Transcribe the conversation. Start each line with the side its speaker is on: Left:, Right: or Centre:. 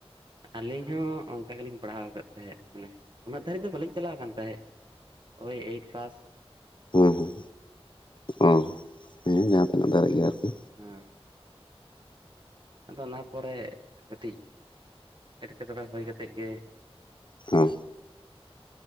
Right: ᱟᱹᱞᱤᱧ ᱦᱚᱸ ᱚᱱᱠᱟ ᱜᱮᱞᱤᱧ ᱯᱟᱲᱦᱟᱣ ᱟᱠᱟᱫ ᱛᱟᱦᱮᱸᱫ ᱢᱟᱱᱮ ᱩᱱᱟᱹᱜ ᱫᱷᱟᱹᱨᱤᱡ ᱫᱚ ᱵᱟᱹᱞᱤᱧ ᱪᱟᱞᱟᱣ ᱟᱠᱟᱱ ᱛᱟᱦᱮᱸᱫ ᱳᱭ ᱮᱭᱤᱴ ᱯᱟᱥ
Left: ᱦᱮᱸ ᱦᱮᱸ ᱚᱦᱮᱸ ᱡᱟᱦᱟᱸ ᱛᱤᱱᱟᱹᱜ ᱫᱷᱟᱨᱤᱡ ᱜᱮ ᱟᱨᱠᱤ
Right: ᱦᱳᱭ ᱟᱫᱚ ᱚᱱᱟ ᱯᱚᱨᱮ ᱠᱟᱹᱴᱤᱡ ᱮᱴᱠᱮᱴᱚᱬᱮ ᱦᱩᱭ ᱠᱟᱛᱮ ᱜᱮ
Left: ᱚ